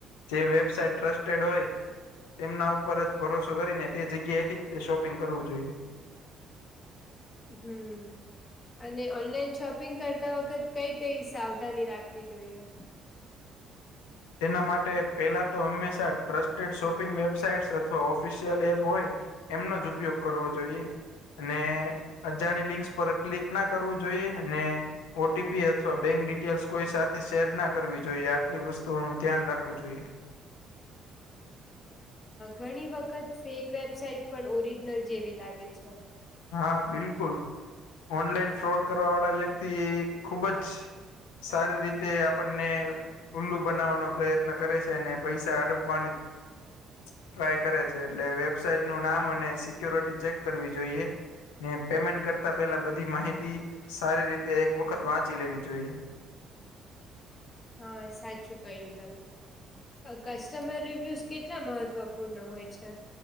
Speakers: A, on the left; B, on the left.
A: જે વેબસાઇટ ટ્રસ્ટેડ હોય તેમના ઉપર જ ભરોસો કરીને તે જગ્યાએથી જ તે શોપિંગ કરવું જોઈએ.
B: હમ અને ઓનલાઈન શોપિંગ કરતા વખત કઈ કઈ સાવધાની રાખવી જોઈએ?
A: તેના માટે પેલા તો હંમેશા ટ્રસ્ટેડ શોપિંગ વેબસાઈટસ અથવા ઓફિશિયલ એપ હોય. એમનો જ ઉપયોગ કરવો જોઈએ. અને અજાણી લિંક્સ પર ક્લિક ના કરવું જોઈએ. અને ઓ ટટીપી અથવા બેંક ડિટેલ્સ કોઈ સાથે શેર ના કરવી જોઈએ, આટલી વસ્તુ તોનું ધ્યાન રાખવું જોઈએ.
B: ઘણી ફેક વેબસાઇટ પણ ઓરિજનલ જેવી લાગે છે.
A: હા બિલકુલ, ઓનલાઈન ફ્રોડ કરવા વાળા વ્યક્તિ એ ખુબ જ સારી રીતે આપણને ઉુલ્લું બનાવવાનો પ્રયત્ન કરે છે, અને પૈસા હડપવાની ટ્રાય કરે છે, એટલે વેબસાાઈટ નું નામ અને સિક્યોરિટી ચેક કરવી જોઈએ. ને પેમેન્ટ કરતા, પેલા બધી માહિતી સારી રીતે એક વખત વાંચી લેવી જોઈએ.
B: હા, સાચું કહ્યું તમે. કસ્ટમર રિવ્યુઝ કેટલા મહત્વપૂર્ણ હોય છે?